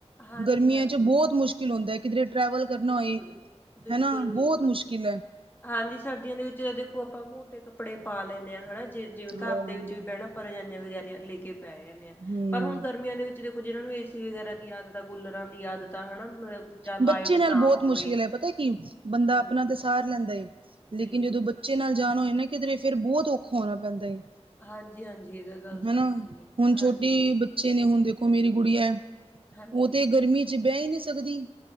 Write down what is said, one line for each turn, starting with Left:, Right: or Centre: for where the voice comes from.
Left: ਹਾਂਜੀ
Right: ਗਰਮੀਆਂ
Left: ਹਾਂਜੀ
Right: ਚ ਬਹੁਤ ਮੁਸ਼ਕਿਲ ਮੁਸ਼ਕਿਲ ਹੁੰਦਾ, ਕਿਧਰੇ ਟਰੈਵਲ ਕਰਨਾ
Left: ਬਿਲਕੁਲ
Right: ਹੋਏ
Left: ਬਿਲਕੁਲ
Right: ਹਨਾਂ ਬਹੁਤ
Left: ਬਿਲਕੁਲ
Right: ਮੁਸ਼ਕਿਲ ਐ।
Left: ਹਾਂਜੀ ਸਰਦੀਆਂ ਦੇ ਵਿੱਚ ਦੇਖੋ ਆਪਾਂ ਮੋਟੇ ਕੱਪੜੇ ਪਾ ਲੈਣੇ ਆਂ ਹਨਾਂ ਜੇ ਜਿਵੇਂ ਘਰ
Right: ਅਹ
Left: ਦੇ ਵਿੱਚ ਵੀ ਬਹਿਣਾ ਅਪਾਂ ਰਜਾਇਆਂ ਵਗੈਰਾ ਲੈ ਕੇ ਪੈ ਜਾਂਣੇ ਆ,
Right: ਹਮ
Left: ਪਰ ਹੁਣ ਗਰਮੀਆਂ ਦੇ ਵਿੱਚ ਦੇਖੋ ਜਿਹਨਾਂ ਨੂੰ ਏ ਸੀ ਵਗੈਰਾ ਦੀ ਆਦਤ ਆ, ਕੂਲਰਾਂ ਦੀ ਆਦਤ ਆ ਹਨਾਂ ਮਤਲਬ ਜਾਂ ਲਾਈਟ
Right: ਬੱਚੇ ਨਾਲ
Left: ਨਾ
Right: ਬੋਤ
Left: ਹੋਵੇ
Right: ਮੁਸ਼ਕਿਲ ਐ ਪਤਾ ਕੀ ਬੰਦਾ
Left: ਹਾਂਜੀ
Right: ਆਪਣਾ ਤੇ ਸਾਰ ਲੈਂਦਾ ਏ ਲੇਕਿਨ
Left: ਬਿਲਕੁਲ,
Right: ਜਦੋਂ ਬਚ ਬੱਚੇ ਨਾਲ ਜਾਣ ਹੋਏ ਨਾ ਕਿਧਰੇ ਫੇਰ ਬਹੁਤ ਔਖਾ ਹੋਣਾ ਪੈਂਦਾ ਏ।
Left: ਹਾਂਜੀ-ਹਾਂਜੀ ਇਹ ਤਾਂ ਗੱਲ ਤੁਹਾਡੀ
Right: ਹਨਾਂ
Left: ਸਹੀ ਹੈ,
Right: ਹੁਣ
Left: ਹਾਂਜੀ-ਹਾਂਜੀ।
Right: ਛੋਟੀ ਬੱਚੇ ਨੇ ਹੁਣ ਦੇਖੋ ਮੇਰੀ ਕੁੜੀ ਐ
Left: ਹਾਂਜੀ, ਹਾਂਜੀ
Right: ਉਹ ਤੇ ਗਰਮੀ ਚ ਬਹਿ ਈ ਨ੍ਹੀਂ ਸਕਦੀ।